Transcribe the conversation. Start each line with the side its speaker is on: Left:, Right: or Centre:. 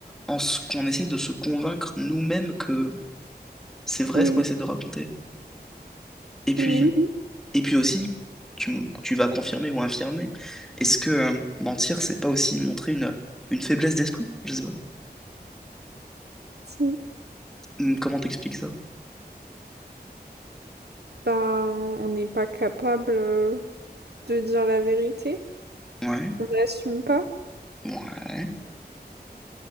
Centre: en ce qu'on essaie de se convaincre nous-mêmes que c'est vrai
Right: Oui,
Centre: ce qu'on essaie de raconter? Et puis,
Right: oui, oui,
Centre: et puis aussi, tu, m- tu vas confirmer ou infirmer, est-ce que euh, mentir, c'est pas aussi montrer une, une faiblesse d'esprit? Je sais pas.
Right: si.
Centre: Hum, Comment t'expliques ça?
Right: Ben, on n'est pas capable euh, de dire la vérité.
Centre: Ouais,
Right: On n'assume pas.
Centre: ouais.